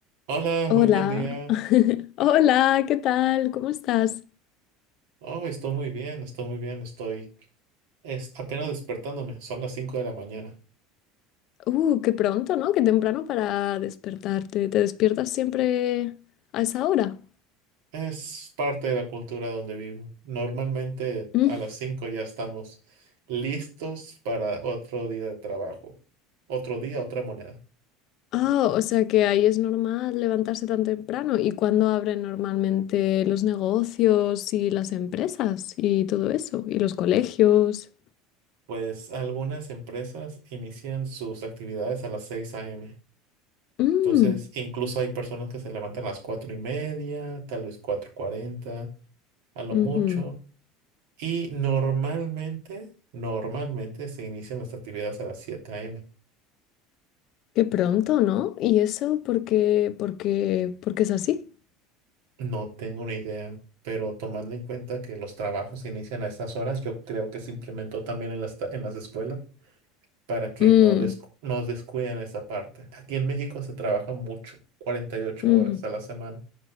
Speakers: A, on the right; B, on the left.
A: Hola,
B: Hola,
A: muy buen día.
B: <laughs> hola, ¿qué tal? ¿Cómo estás?
A: Oh, estoy muy bien, estoy muy bien, estoy es apenas despertándome, son las 5 de la mañana.
B: Uh, qué pronto, ¿no? Qué temprano para despertarte. ¿Te despiertas siempre a esa hora?
A: Es parte de la cultura donde vivo. Normalmente
B: Mm.
A: a las 5 ya estamos listos para otro día de trabajo. Otro día, otra moneda.
B: Ah, o sea que ahí es normal levantarse tan temprano. ¿Y cuándo abren normalmente los negocios y las empresas y todo eso? ¿Y los colegios?
A: Pues algunas empresas inician sus actividades a las 6 a.m.
B: Mm,
A: Entonces, incluso hay personas que se levantan a las 4 y media, tal vez cuatro cuarenta, a lo
B: ujú.
A: mucho. Y normalmente, normalmente se inician las actividades a las 7 m.
B: Qué pronto, ¿no? ¿Y eso porque, porque, porque es así?
A: No tengo una idea, pero tomando en cuenta que los trabajos se inician a estas horas, yo creo que se implementó también en las, ta- en las escuelas para que
B: Mm,
A: no descu- nos descuiden esa parte. Aquí en México se trabaja mucho, cuarenta y ocho
B: ujú.
A: horas a la semana.